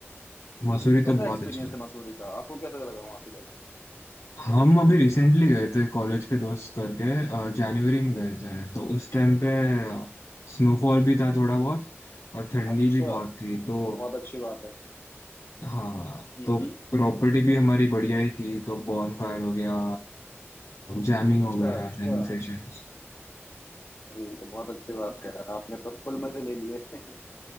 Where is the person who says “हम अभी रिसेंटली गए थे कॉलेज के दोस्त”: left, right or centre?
Left